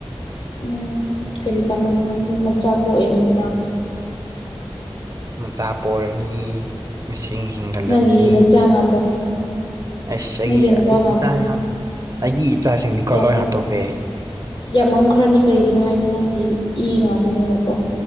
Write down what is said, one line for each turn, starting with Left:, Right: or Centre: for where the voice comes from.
Left: ꯎꯝ ꯀꯔꯤ ꯀꯥꯟꯅꯕꯅꯣ ꯃꯆꯥ ꯄꯣꯛꯑꯦꯕꯅꯤꯅ
Right: ꯃꯆꯥ ꯄꯣꯔꯅꯤ ꯃꯤꯁꯤꯡ ꯍꯤꯡ ꯒꯠꯂꯅꯤ
Left: ꯅꯪꯒꯤ ꯅꯆꯥ ꯉꯥꯛꯇꯅꯤ
Right: ꯑꯁ ꯑꯩꯒꯤ
Left: ꯅꯪꯒꯤ ꯅꯆꯥ
Right: ꯑꯩꯒꯤ
Left: ꯉꯥꯛꯇꯅꯤ
Right: ꯏꯆꯥ ꯌꯥꯎꯗ꯭ꯔꯦ ꯑꯩꯒꯤ ꯏꯆꯥꯁꯤꯡꯅꯤꯀꯣ
Left: ꯌꯥꯝ
Right: ꯂꯣꯏ ꯍꯥꯠꯇꯣꯛꯈ꯭ꯔꯦ
Left: ꯌꯥꯝꯃꯝꯈ꯭ꯔꯅꯤ ꯀꯔꯤꯒꯤꯅꯣ ꯍꯥꯏꯗꯤ ꯅꯪꯒꯤ ꯏ ꯉꯥꯛꯇꯅꯤꯅꯀꯣ